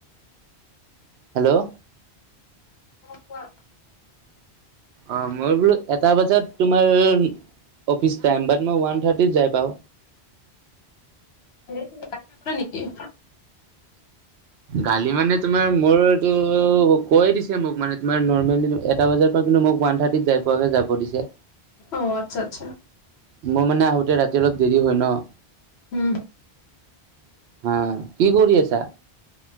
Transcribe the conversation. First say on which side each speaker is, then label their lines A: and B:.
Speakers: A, on the right; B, on the left.
A: হেল্লৌ'
B: অঁ' কোৱা।
A: অঁ মই বোলো এটা বজাত তোমাৰ- অফিচ টাইম, বাট ময় ৱান থ্টিত যাই পাওঁ।
B: আৰে তোমাক গালি নাপাৰে নেকি?
A: গালি মানে তোমাৰ মোৰ এইটো কৈয়ে দিছে মোক মানে তোমাৰ নৰ্মেলি এটা বজাৰ পৰা কিন্তু মোক ওৱান থাৰ্টি- টিত যাই পোৱাকে যাব দিছে।
B: অও' আৎচ্ছা আৎচ্ছা।
A: মই মানে আহোঁতে ৰাতি অলপ দেৰি হয় ন।
B: উমহু'
A: হাঁ, কি কৰি আছা?